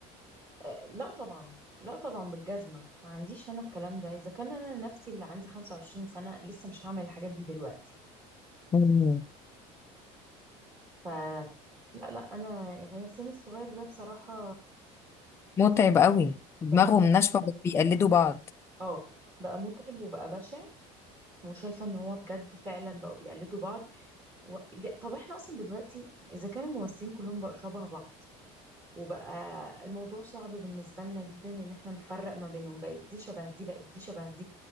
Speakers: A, on the right; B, on the left.
A: آه، لا طبعا لا طبعا بالجزمة ما عنديش أنا الكلام ده إذا كان أنا نفسي اللي عندي 25 سنة لسه مش هعمل الحاجات دي دلوقتي
B: مم.
A: ف لا لا انا يعني السن الصغير ده بصراحه
B: متعب قوي دماغهم
A: بقى م-
B: ناشفه بس بيقلدوا بعض
A: اه بقى متعب وبقى بشع وشايفه ان هو بجد فعلا بقوا بيقلدوا بعض و... ده- طب احنا اصلا دلوقتي اذا كان الممثلين كلهم بقوا شبه بعض وبقى الموضوع صعب بالنسبه لنا جدا ان احنا نفرق ما بينهم بقت دي شبه دي بقت دي شبه دي